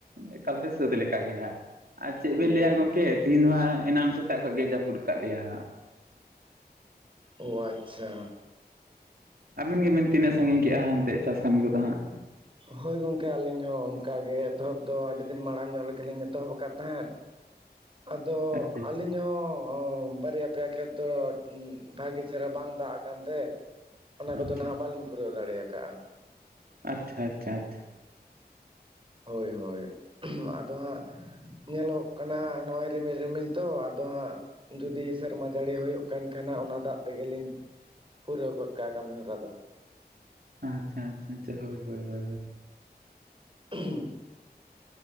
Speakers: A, on the right; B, on the right.
A: ᱮᱠᱟᱞᱛᱮ ᱥᱟᱹᱛ ᱞᱮ ᱞᱮᱠᱟ ᱜᱮ ᱦᱟᱸ ᱟᱨ ᱪᱮᱫ
B: ᱚ
A: ᱵᱮᱱ ᱞᱮᱭᱟ ᱜᱚᱢᱠᱮ ᱛᱤᱦᱤᱧ ᱫᱚᱟᱸ ᱮᱱᱟᱱ ᱥᱮᱛᱟᱜ ᱠᱷᱚᱡ ᱜᱮ ᱡᱟᱹᱯᱩᱫ ᱠᱟᱫ ᱞᱮᱭᱟ ᱦᱟᱸᱜ
B: ᱚᱦᱚ ᱟᱪᱪᱷᱟ
A: ᱟᱵᱤᱱ ᱜᱮᱵᱮᱱ ᱛᱤᱱᱟᱹᱜ ᱥᱟᱺᱜᱤᱧ ᱠᱮᱜᱼᱟ ᱦᱟᱱᱛᱮ ᱪᱟᱥ ᱠᱟᱹᱢᱤ ᱠᱚᱫᱚ ᱦᱟᱸᱜ
B: ᱦᱳᱭ ᱜᱚᱢᱠᱮ ᱟᱹᱞᱤᱧ ᱦᱚᱸ ᱚᱱᱠᱟ ᱜᱮ ᱮᱛᱚᱦᱚᱵ ᱫᱚ ᱟᱹᱰᱤ ᱫᱤᱱ ᱢᱟᱲᱟᱝ ᱧᱚᱜ ᱨᱮᱜᱮ ᱞᱤᱧ ᱮᱛᱚᱦᱚᱵ ᱟᱠᱟᱫ ᱛᱟᱦᱮᱸᱫ ᱟᱫᱚ
A: ᱟᱪᱪᱷᱟ
B: ᱟᱞᱮ ᱤᱧᱦᱚᱸ ᱦᱚᱸ ᱵᱟᱨᱭᱟ ᱯᱮᱭᱟ ᱠᱷᱮᱛ ᱫᱚ ᱵᱷᱟᱜᱤ ᱪᱮᱦᱨᱟ ᱵᱟᱝ ᱫᱟᱜ ᱟᱠᱟᱱ ᱛᱮ ᱚᱱᱟ ᱠᱚᱫᱚ
A: ᱟᱪᱪᱷᱟ
B: ᱦᱟᱜ ᱵᱟᱞᱤᱧ ᱯᱩᱨᱟᱹᱣ ᱫᱟᱲᱮᱭᱟᱠᱟᱜᱼᱟ
A: ᱟᱪᱪᱷᱟ ᱟᱪᱪᱷᱟ ᱟᱪᱪᱷᱟ
B: ᱦᱳᱭ ᱦᱳᱭ ᱟᱫᱚ ᱦᱟᱸᱜ ᱧᱮᱞᱚᱜ ᱠᱟᱱᱟ ᱱᱚᱜᱚᱼᱭ ᱨᱤᱢᱤᱞ ᱨᱤᱢᱤᱞ ᱛᱚ ᱟᱫᱚ ᱦᱟᱸᱜ ᱡᱩᱫᱤ ᱥᱮᱨᱢᱟ ᱡᱟᱹᱲᱤ ᱦᱩᱭᱩᱜ ᱠᱟᱱ ᱠᱷᱟᱱ ᱚᱱᱟ ᱫᱟᱜ ᱛᱮᱜᱮᱞᱤᱧ- ᱯᱩᱨᱟᱹᱣ ᱜᱚᱫ ᱠᱟᱜ ᱠᱟᱹᱢᱤ ᱦᱚᱨᱟ ᱫᱚ
A: ᱟᱪᱪᱷᱟ ᱟᱪᱪᱷᱟ ᱪᱚ ᱦᱳᱣ ᱦᱳᱣ
B: ᱦᱩᱸ <unintelligible>